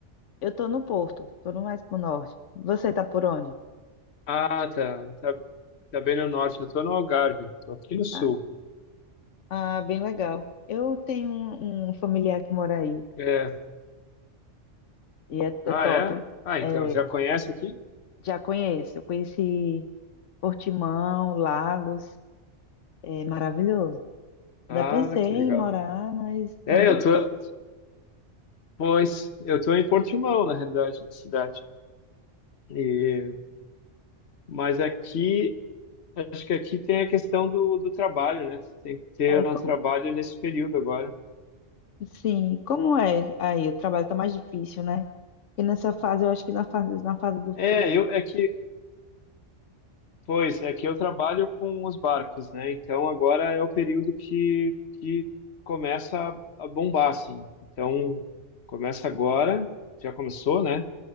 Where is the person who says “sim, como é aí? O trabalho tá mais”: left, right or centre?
Left